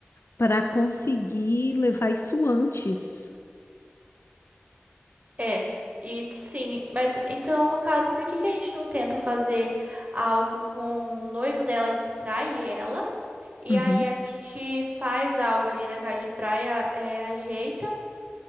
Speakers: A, on the left (about 75°); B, on the right (about 35°).
A: para conseguir levar isso antes.
B: É, isso sim. Mas então, no caso, por que que a gente não tenta fazer algo com o noivo dela, distrai ela, e
A: Uhum,
B: aí a gente faz algo ali na casa de praia, é, ajeita.